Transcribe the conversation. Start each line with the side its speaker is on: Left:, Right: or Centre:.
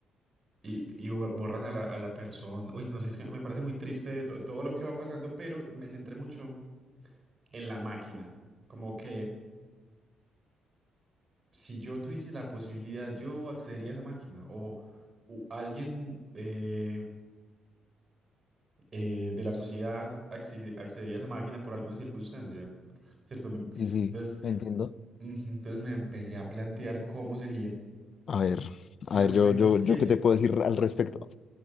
Right: Y, y bo- borran a la, a la persona. Uy, no sé, es que me parece muy triste to- todo lo que va pasando, pero me centré mucho en la máquina. Como que si yo tuviese la posibilidad, yo accedería a esa máquina. O, u- alguien, eh, eh, de la sociedad acce- accedería a esa máquina por alguna circunstancia, ¿cierto? Me-
Left: Sí, sí,
Right: Entonces,
Left: entiendo.
Right: ujú, entonces me empecé a plantear cómo sería
Left: A ver,
Right: si
Left: a
Right: la
Left: ver,
Right: máquina
Left: yo,
Right: existiese.
Left: yo, yo qué te puedo decir al respecto.